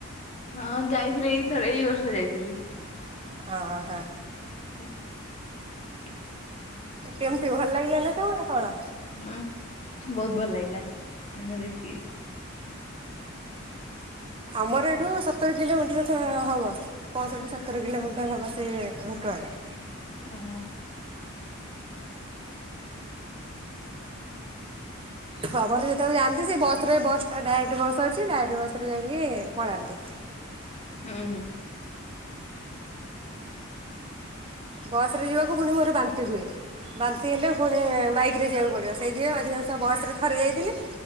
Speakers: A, on the left; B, on the right.
A: ହଁ ଯାଇଥିଲି ଏଇ ଥର ଏଇ ବର୍ଷ ଯାଇଥିଲି।
B: ହୁଁ, ହିଁ।
A: <inaudible>
B: କେମିତି ଭଲ ଲାଗିଲ ନା ତମର କଣ।
A: ହୁଁ, ବହୁତ ଭଲ ଲାଗିଲା ତତେ ଦେଖିକି।
B: ଆମର ଏଇଠୁ ସତର କିଲୋମିଟର ସବୁ ହବ। ପଞ୍ଚଷଠି ସତର କିଲୋମିଟର ହବ ସେ ଘଟଗାଁ ଟା।
A: ଆ ହ।
B: ହିଁ ଯେତେବେଳେ ଯାଆନ୍ତି ସେ ବସ ରେ ବସ୍ ଟା ଡାଇରେକ୍ଟ ବସ୍ ଅଛି ଡାଇରେକ୍ଟ ବସ ରେ ଯାଇକି ପଳାନ୍ତି।
A: ହୁଁ, ହୁଁ।
B: ବସ ରେ ଯିବାକୁ ପୁଣି ମୋର ବାନ୍ତି ହୁଏ ବାନ୍ତି ହେଲେ ପୁଣି ବାଇକ୍। ବାଇକ୍ ଯିବାକୁ ପଡ଼ିବ ସେଇଥି ପାଇଁ ଆଧିକାଂଶ ବସ୍ ରେ ଥରେ ଯାଇଥିଲି।